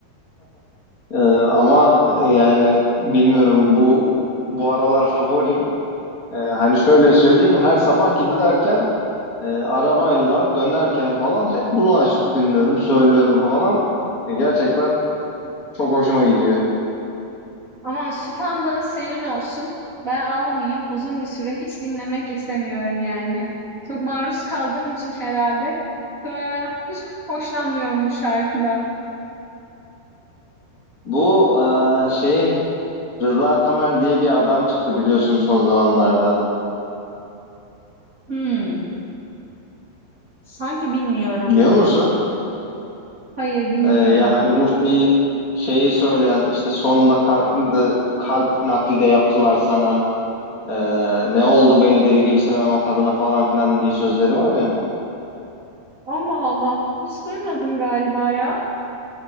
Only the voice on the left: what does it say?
E, ama e, yani bilmiyorum bu bu aralar favorim. E, hani şöyle söyleyeyim her sabah giderken E, arabayla dönerken falan hep bunu açıp dinliyorum, söylüyorum falan. E, gerçekten çok hoşuma gidiyor.
Bu e, şeyin Rıza Tamer diye bir adam çıktı biliyorsun son zamanlarda.
Biliyor musun?
E, ya hani bu şeyi şeyi söyleyen işte sonunda kalbini de kalp nakli de yaptılar sana. E, ne oldu beni deli gibi seven o kadına falan filan diye sözleri var ya.